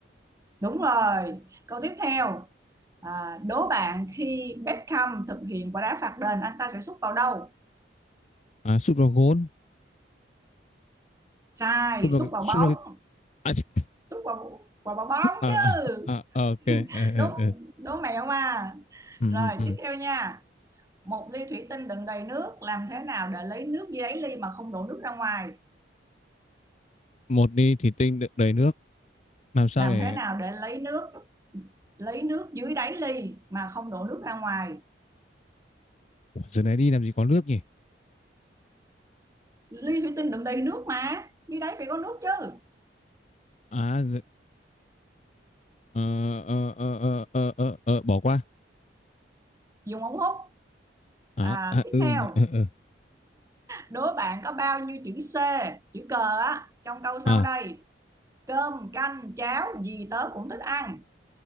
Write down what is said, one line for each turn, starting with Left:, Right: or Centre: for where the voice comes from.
Right: Đúng rồi. Câu tiếp theo. À, đố bạn khi Beckham thực hiện quả đá phạt đền anh ta sẽ sút vào đâu?
Left: À, sút vào gôn.
Right: Sai,
Left: Sút
Right: sút
Left: vào cái-
Right: vào
Left: sút
Right: bóng.
Left: vào cái- à, chích.
Right: Sút vào vào vào bóng
Left: À,
Right: chứ.
Left: à, à, ok.
Right: <laughs>
Left: ờ, ờ,
Right: Đúng,
Left: ờ.
Right: đố mẹo mà.
Left: Ừm,
Right: Rồi,
Left: ừm, ừm.
Right: tiếp theo nha. Một ly thủy tinh đựng đầy nước, làm thế nào để lấy nước dưới đáy ly mà không đổ nước ra ngoài?
Left: Một đi thì tinh đựng đầy nước. Làm sao
Right: Làm
Left: để
Right: thế nào để lấy nước lấy nước dưới đáy ly mà không đổ nước ra ngoài?
Left: Ủa, giờ này đi làm gì có nước nhỉ?
Right: Ly thủy tinh đựng đầy nước mà, dưới đáy phải có nước chứ.
Left: À, giờ... ờ, ờ, ờ, ờ, ờ, ờ, ờ, bỏ qua.
Right: Dùng ống hút. À,
Left: À, à,
Right: tiếp
Left: ừ,
Right: theo
Left: nhỉ, ờ, ờ.
Right: Đố bạn có bao nhiêu chữ C, chữ cờ á trong câu sau
Left: À,
Right: đây? Cơm, canh, cháo gì tớ cũng thích ăn.